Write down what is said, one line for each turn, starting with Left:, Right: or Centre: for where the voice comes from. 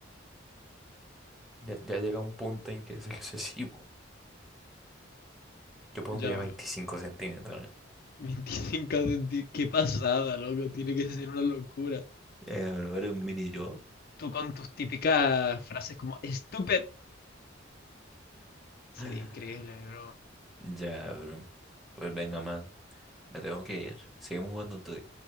Centre: Ya, ya llega un punto en que es excesivo. Yo pondría
Left: Ya, bro.
Centre: veinticinco centímetros. ¿eh?
Left: veinticinco centímetros. Qué pasada, loco. Tiene que ser una locura.
Centre: Eh, bro, eres un mini yo.
Left: tú con tus típicas frases como stupid, sería
Centre: <gasps>
Left: increíble,
Centre: <sighs>
Left: bro.
Centre: Ya, bro. Pues venga, man. Me tengo que ir. Seguimos jugando tú.